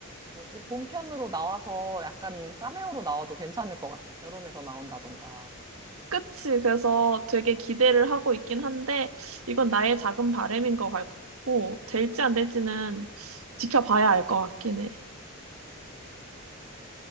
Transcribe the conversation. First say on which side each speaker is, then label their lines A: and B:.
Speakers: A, on the right; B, on the right.
A: 뭐지, 본편으로 나와서 약간 카메오로 나와도 괜찮을 것 같아. 결혼해서 나온다던가.
B: 그치 그래서 되게
A: 어.
B: 기대를 하고 있긴 한데 이건
A: 음,
B: 나의 작은 바램인것 같고 될지
A: 음,
B: 안 될지는
A: 음,
B: 지켜봐야
A: 음,
B: 알 것 같긴 해.
A: 음, 그렇구나.